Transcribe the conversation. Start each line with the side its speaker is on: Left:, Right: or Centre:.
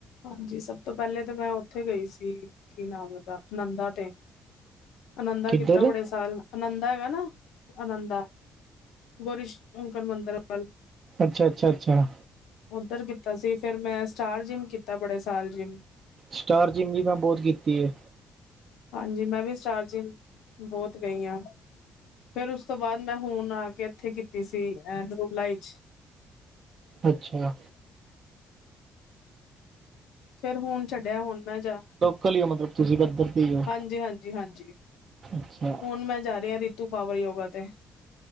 Left: ਹਾਂਜੀ ਸਭ ਤੋਂ ਪਹਿਲੇ ਤਾਂ ਮੈਂ ਉੱਥੇ ਗਈ ਸੀ ਕੀ ਨਾਮ ਉਹਦਾ ਆਨੰਦਾ ਤੇ ਆਨੰਦਾ
Right: ਕਿੱਧਰ
Left: ਕੀਤਾ ਬੜੇ ਸਾਲ ਆਨੰਦਾ ਹੈਗਾ ਨਾ ਆਨੰਦਾ ਗੋਰੀ ਸ਼ੰਕਰ ਮੰਦਿਰ ਵੱਲ
Right: ਅੱਛਾ-ਅੱਛਾ, ਅੱਛਾ।
Left: ਉੱਧਰ ਕੀਤਾ ਸੀ ਫ਼ਿਰ ਮੈਂ ਸਟਾਰ ਜਿੰਮ ਕੀਤਾ ਬੜੇ ਸਾਲ ਜਿੰਮ
Right: ਸਟਾਰ ਜਿੰਮ ਵੀ ਮੈਂ ਬਹੁਤ ਕੀਤੀ ਏ।
Left: ਹਾਂਜੀ ਮੈਂ ਵੀ ਸਟਾਰ ਜਿੰਮ ਬਹੁਤ ਗਈ ਆ। ਫ਼ਿਰ ਉਸ ਤੋਂ ਬਾਅਦ ਮੈਂ ਹੁਣ ਆ ਕੇ ਇੱਥੇ ਕੀਤੀ ਸੀ ਅ ਨੂਲਾਈ 'ਚ'
Right: ਅੱਛਿਆ
Left: ਫੇਰ ਹੁਣ ਛੱਡਿਆ ਹੁਣ ਮੈਂ ਜਾ
Right: ਕਲੀਓ ਮਤਲਬ ਤੁਸੀਂ ਪੱਧਰ ਤੇ ਹੀ ਹੋ
Left: ਹਾਂਜੀ-ਹਾਂਜੀ ਹਾਂਜੀ
Right: ਅੱਛਾ
Left: ਹੁਣ ਮੈਂ ਜਾ ਰਹੀ ਆ ਰੀਤੂ ਪਾਵਰ ਯੋਗਾ ਤੇ